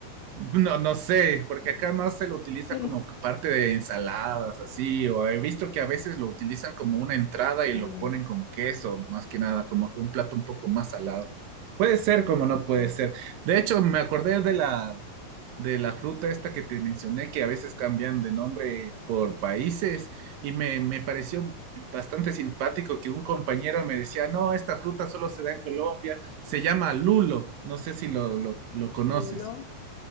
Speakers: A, on the right; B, on the left.
A: No, no sé, porque acá más se lo utiliza
B: <laughs>
A: como que parte de ensaladas, así, o he visto que a veces lo utilizan como una entrada y
B: Mm,
A: lo ponen con queso, más que nada, como que un plato un poco más salado. Puede ser como no puede
B: ok.
A: ser. De hecho, me acordé de la, de la fruta esta que te mencioné, que a veces cambian de nombre por países, y me, me pareció bastante simpático que un compañero me decía, no, esta fruta solo se da en Colombia, se llama lulo, no sé si lo, lo, lo conoces.
B: Lulo,